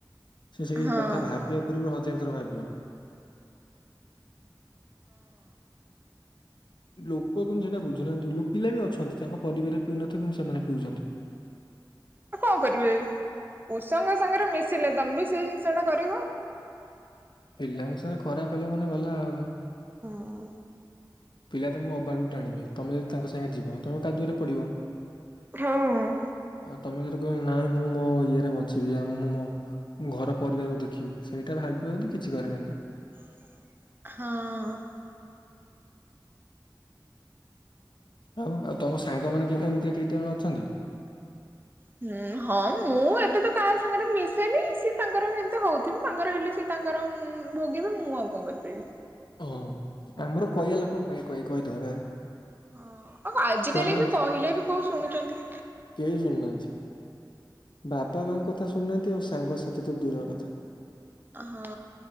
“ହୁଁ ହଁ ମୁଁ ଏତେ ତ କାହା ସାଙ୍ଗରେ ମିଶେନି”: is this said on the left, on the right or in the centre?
Right